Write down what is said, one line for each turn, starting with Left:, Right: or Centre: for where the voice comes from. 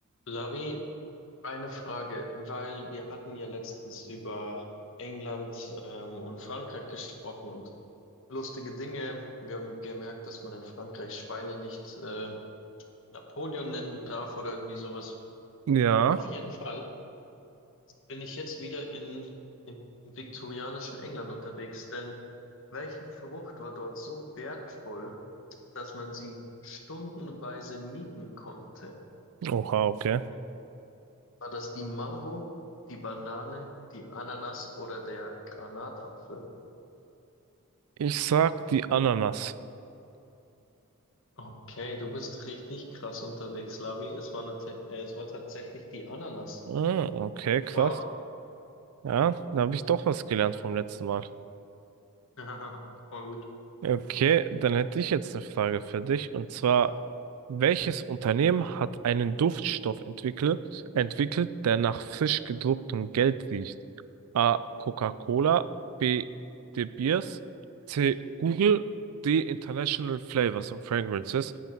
Left: Lavi, eine Frage, weil wir hatten ja letztens über England ähm, und Frankreich gesprochen und lustige Dinge. Wir haben gemerkt, dass man in Frankreich Schweine nicht äh, Napoleon nennen darf oder irgendwie sowas.
Right: Ja,
Left: Auf jeden Fall bin ich jetzt wieder in, im viktorianischen England unterwegs, denn welche Frucht war dort so wertvoll, dass man sie stundenweise mieten konnte?
Right: oha, okay.
Left: War das die Mango, die Banane, die Ananas oder der Granatapfel?
Right: Ich sag die Ananas.
Left: Okay, du bist richtig krass unterwegs, Labi. Es war, nat- äh, es war tatsächlich die Ananas.
Right: Ah, okay, krass.
Left: Wow.
Right: Ja, da habe ich doch was gelernt vom letzten Mal.
Left: <laughs> Voll gut.
Right: Okay, dann hätte ich jetzt eine Frage für dich. Und zwar, welches Unternehmen hat einen Duftstoff entwickelt, entwickelt, der nach frisch gedrucktem Geld riecht? A. Coca-Cola, B. De Beers, C. Google, D. International Flavors and Fragrances.